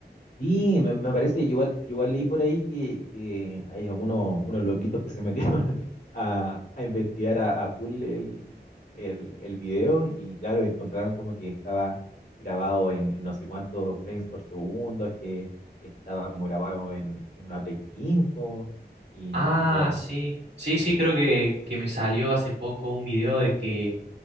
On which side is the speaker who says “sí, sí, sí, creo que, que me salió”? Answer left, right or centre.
Right